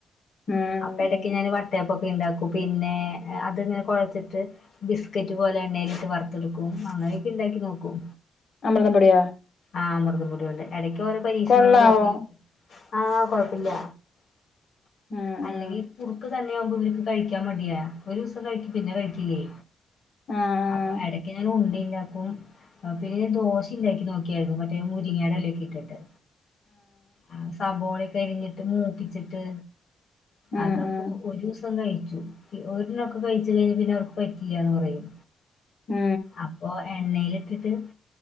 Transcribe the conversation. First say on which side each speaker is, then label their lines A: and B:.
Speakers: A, on the left; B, on the left.
A: ഉം
B: അപ്പ എടക്ക്
A: ഉം
B: ഞാന് വട്ടയപ്പൊക്കെ ഒക്കെ ഇണ്ടാക്കും പിന്നെ അതിങ്ങനെ കൊഴച്ചിട്ട് ബിസ്ക്കറ്റ് പോലെ എണ്ണയിലിട്ട് വറക് ത്തെടുക്കും അങ്ങനെയൊക്കെ ഇണ്ടാക്കി നോക്കും
A: അമൃതം പൊടിയോ
B: ആഹ് അമൃതപൊടി കൊണ്ട് എടയ്ക്ക് ഓരോ പരീക്ഷണങ്ങൾ
A: കൊള്ളാവോ
B: നോക്കി നോക്കും ആഹ് കൊഴപ്പില്ല
A: ആഹ് ആഹ്
B: അല്ലെങ്കിൽ കുറുക്ക് തന്നെയാവുമ്പോ ഇവർക്ക് കഴിക്കാൻ മടിയാ ഒരു ദിവസം കഴിക്കും പിന്നെ കഴിക്കില്ലേ
A: ആഹ്
B: അപ്പ എടക് ഉണ്ട ഇണ്ടാക്കും പിന്നെ ഞാൻ ദോശ ഇണ്ടാക്കി നോക്കിയായിരുന്നു മറ്റേ മുരിങ്ങടെ എലയെക്കെ ഇട്ടിട്ട് ആഹ് സബോളയെക്കെ അരിഞ്ഞിട്ട് മൂപ്പിച്ചിട്ട്
A: ഉം
B: അതാ
A: ഉം
B: ഒരൂസം കഴിച്ചു ഒരണൊക്കെ കഴിച്ച് കഴിഞ്ഞ് പിന്നെ അവർക്ക് പറ്റില്ലാന്ന് പറയും
A: ഉം
B: അപ്പൊ എണ്ണയിലിട്ടിട്ട്